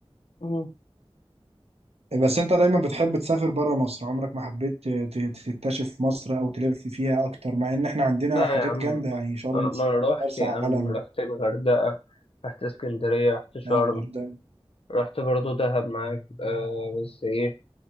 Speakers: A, on the left; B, on the right.
A: مم.
B: إيه، بس انت دايما بتحب تسافر بره مصر عمرك ما حبيت ت- ت- تكتشف مصر او تلف فيها اكتر مع ان احنا عندنا
A: لا
B: حاجات
A: يا عم
B: جامده يعني شرم
A: آه،
B: الشيخ،
A: ما أنا رحت
B: مرسى
A: يا
B: علم
A: عم رحت الغردقة رحت اسكندرية رحت شرم
B: آه، الغردقه
A: رحت برضو دهب معاك آه بس إيه